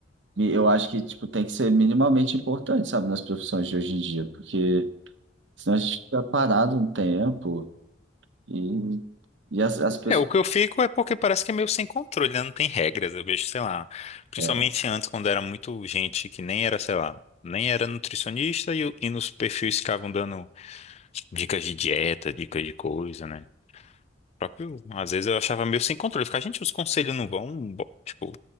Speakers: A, on the right; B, on the left.
A: eu acho que, tipo, tem que ser minimamente importante, sabe, nas profissões de hoje em dia, porque senão a gente fica parado um tempo e, e as, as pessoas.
B: É, o que eu fico é porque parece que é meio sem controle, né? Não tem regras. Eu vejo, sei lá, principalmente
A: é.
B: antes, quando era muito gente que nem era, sei lá, nem era nutricionista e, o- e nos perfis ficavam dando dicas de dieta, dicas de coisa, né? Próprio, às vezes eu achava meio sem controle. Ficar, gente, os conselhos não vão, bo- tipo,